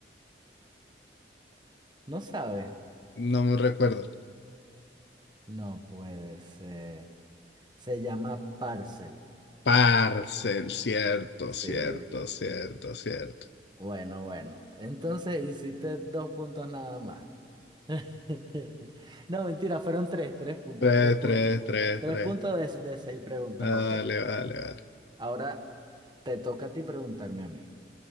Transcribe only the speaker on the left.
No me recuerdo.
Parcel, cierto,
cierto,
cierto, cierto.
Tres,
tres, tres,
tres.
Vale,
vale, vale.